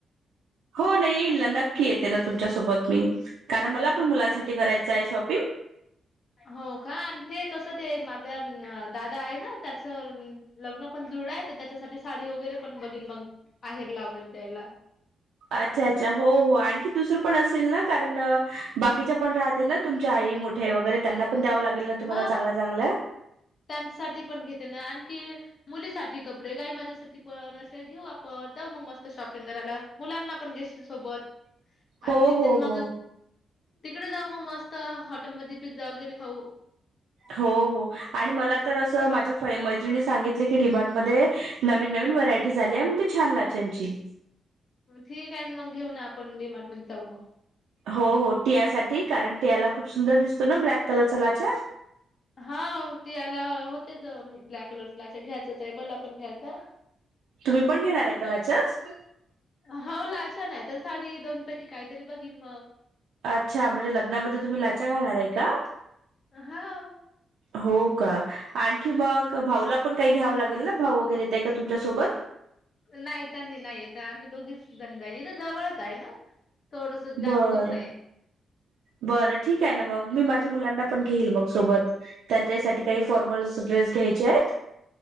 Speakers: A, on the right; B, on the left.
A: हो ना येईल ना नक्की येते ना तुमच्यासोबत मी. कारण मला पण मुलांसाठी करायचं आहे शॉपिंग.
B: हो का आणि ते कस ते माझा दादा आहे ना त्याच लग्न पण जुळलय तर त्याच्यासाठी साडी वगैरे पण बघिन मग माहेरला वगैरे द्यायला.
A: अच्छा अच्छा हो हो आणखी दुसरं पण असेल ना कारण अ बाकीच्या पण राहते ना तुमच्या आई मोठ्या आई वगैरे त्यांना पण द्यावं लागेल ना तुम्हाला
B: हा
A: चांगल्या चांगल्या
B: त्यांसाठी पण घेते ना आणखी मुलीसाठी कपडे काही माझ्यासाठी पण असे घेऊ आपण जाऊ मग मस्त शॉपिंग करायला मुलानला पण घेशील सोबत
A: हो
B: आणि तिथ
A: हो
B: मग
A: हो
B: तिकडे जाऊ मग मस्त हॉटेलमध्ये पिझ्झा वगैरे खाऊ.
A: हो हो आणि मला तर असं माझ्या होय मैत्रिणी सांगितले की डिमार्टमध्ये नवीन नवीन व्हरायटीज आल्या म्हणे छान लाचांची
B: ठीक आहे मग घेऊन आपण डीमार्ट मध्ये जाऊ मग.
A: हो हो टियासाठी कारण टियाला खूप सुंदर दिसतो ना ब्लॅक कलरचा लाच्या.
B: हा ती याला होतेच ब्लॅक कलर चां लाचा घ्यायच. मला पण घ्यायचाय
A: तुम्ही पण घेणार आहे का लाचाच
B: हो लाचा नाही तर साडी दोनीपैकी काहीतरी बघिन मग
A: अच्छा म्हणजे लग्नामध्ये तुम्ही लाचा घालणार आहे का
B: हाव.
A: हो का आणखी मग भाऊला पण काही घ्यावं लागेल ना भाऊ वगैरे येत आहे का तुमच्यासोबत.
B: नाही त्यांनी नाही येत आम्ही दोघीच जण जाईल इथ जवळच आहे ना थोडस जास्त
A: बर
B: दूर नाही
A: बर ठीक आहे ना मग मी माझ मुलाना पण घेइल मग सोबत त्यांच्याहीसाठी काही
B: हा
A: फॉर्मल ड्रेस घ्यायचे आहेत